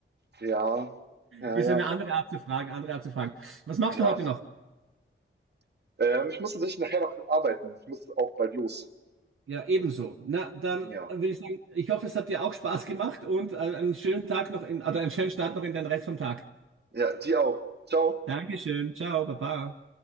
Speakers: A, on the right (about 50°); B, on the right (about 75°).
A: Ja, ja,
B: Ist
A: ja,
B: eine andere
A: ja.
B: Art zu fragen, andere Art zu fragen. Was machst
A: Ja.
B: du heute noch?
A: Ähm, ich muss tatsächlich nachher noch arbeiten. Ich muss auch bald los.
B: Ja, ebenso. Na, dann
A: Ja.
B: würde ich sagen, ich hoffe, es hat dir auch Spaß gemacht und äh, einen schönen Tag noch in, oder einen schönen Start noch in den Rest vom Tag.
A: Ja, die auch. Ciao.
B: Dankeschön, ciao, baba.